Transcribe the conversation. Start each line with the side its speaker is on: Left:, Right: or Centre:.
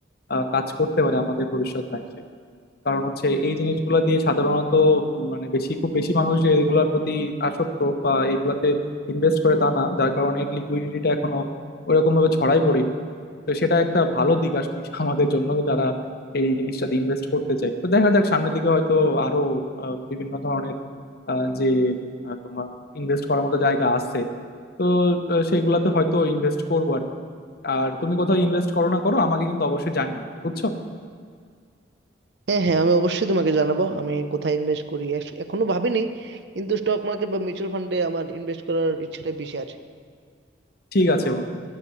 Left: আহ, কাজ করতে পারে আমাদের ভবিষ্যৎ লাইফে কারণ হচ্ছে এই জিনিসগুলো দিয়ে সাধারণত উম, মানে বেশি খুব বেশি মানুষ যে এগুলোর প্রতি আসক্ত বা এগুলাতে ইনভেস্ট করে তা না যার কারণে লিকুইডিটিটা এখনো ওরকম ভাবে ছড়াই পড়েনি তো সেটা একটা ভালো দিক আসলে <laughs> আমাদের জন্য যারা এই জিনিসটাতে ইনভেস্ট করতে চায় তো দেখা যাক সামনের দিকে হয়তো আরো আহ, বিভিন্ন ধরনের আহ, যে আহ, তোমার ইনভেস্ট করার মতো জায়গা আছে তো আহ, সেইগুলাতে হয়তো ইনভেস্ট করবো আর কি আর তুমি কোথাও ইনভেস্ট করো না করো আমাকে কিন্তু অবশ্যই জানিও বুঝছো
Right: হ্যাঁ হ্যাঁ আমি অবশ্যই তোমাকে জানাবো আমি কোথায় ইনভেস্ট করি এখ- এখনো ভাবিনি কিন্তু স্টক মার্কেট বা মিউচুয়াল ফান্ডে আমার ইনভেস্ট করার ইচ্ছাটা বেশি আছে
Left: ঠিক আছে বন্ধু